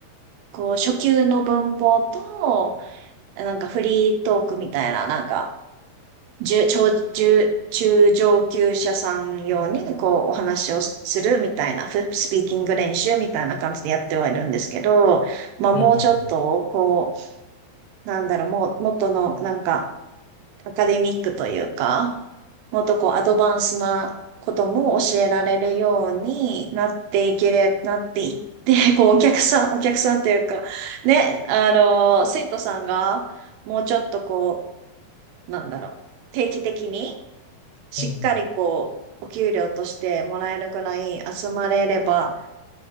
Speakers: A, on the right; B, on the left.
A: こう初級の文法と、なんかフリートークみたいな、なんか中、超中、中上級者さん用にこうお話をするみたいな、フスピーキング練習みたいな感じでやってはいるんですけど、まあもうちょっとこ
B: ん。うん。うん。
A: う、なんだろう、もう、元のなんか、アカデミックというか、もっとこうアドバンスなことも教えられるようになっていけれ、<laughs> なっていって、こうお客さん、お客さんというか、ね、あの、生徒さんがもうちょっとこう、なんだろう、定期的にしっかりこう、
B: うん。うん
A: お給料としてもらえるくらい集まれれば、